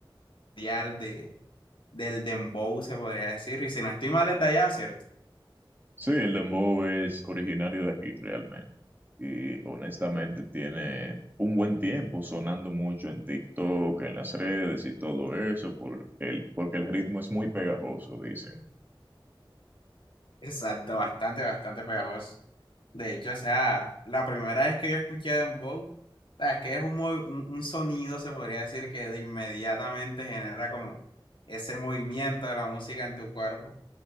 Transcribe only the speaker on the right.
Sí, el dembow es originario de aquí, realmente. Y honestamente tiene un buen tiempo sonando mucho en TikTok, en las redes y todo eso, por el, porque el ritmo es muy pegajoso, dicen.